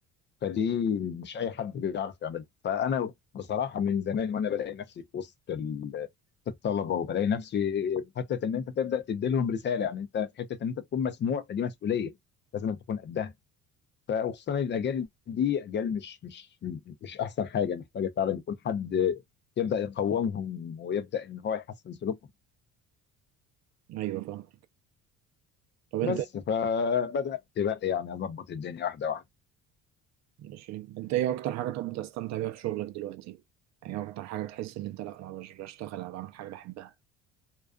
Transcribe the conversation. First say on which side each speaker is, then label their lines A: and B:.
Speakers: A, on the left; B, on the right.
A: فدي مش اي حد بيعرف يعملها فانا بصراحه من زمان وانا بلاقي نفسي في وسط ال- الطلبه وبلاقي نفسي في حته ان انت تبدا تدي لهم رساله يعني انت في حته ان انت تكون مسموع فدي مسؤوليه لازم أن تكون قدها فخصوصا الاجيال دي اجيال مش مش مش احسن حاجه محتاجه فعلا يكون حد يبدا يقومهم ويبدا ان هو يحسن سلوكهم
B: ايوه فاهم طب
A: بس
B: انت
A: فبدات بقى يعني اظبط الدنيا واحده واحده
B: ماشي انت ايه اكتر حاجه طب بتستمتع بيها في شغلك دلوقتي يعني ايه اكتر حاجه بتحس ان انت لا انا مش بشتغل انا بعمل حاجه بحبها